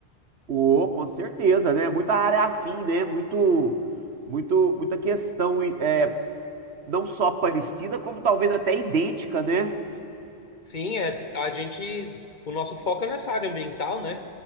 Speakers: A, on the right (about 75°); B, on the left (about 45°).
A: Ô, com certeza, né? Muita área afim, né? Muito, muito, muita questão é, não só parecida, como talvez até idêntica, né?
B: Sim, é, a gente, o nosso foco é nessa área ambiental, né?